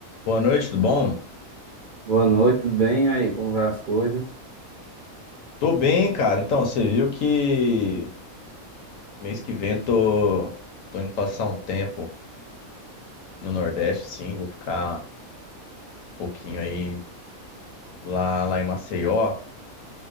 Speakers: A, on the left (about 70°); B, on the right (about 50°).
A: Boa noite, tudo bom?
B: Boa noite, tudo bem? E aí, como vai as coisas?
A: Tô bem, cara. Então, você viu que mês que vem eu tô, tô indo passar um tempo no Nordeste, sim. Vou ficar um pouquinho aí lá, lá em Maceió.